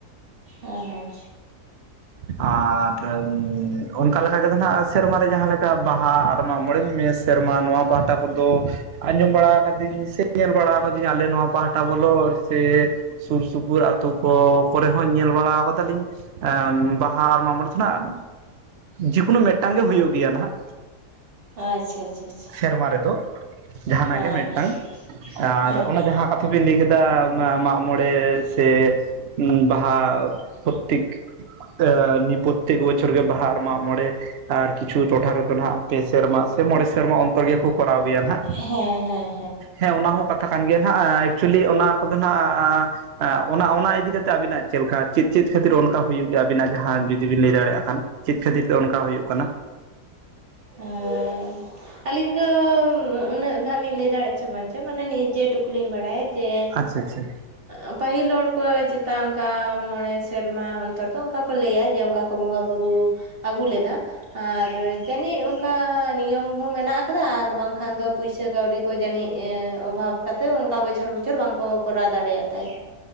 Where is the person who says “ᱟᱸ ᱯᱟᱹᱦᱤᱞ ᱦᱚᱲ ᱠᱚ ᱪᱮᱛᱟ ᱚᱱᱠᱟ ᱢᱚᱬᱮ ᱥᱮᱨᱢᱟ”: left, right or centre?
Right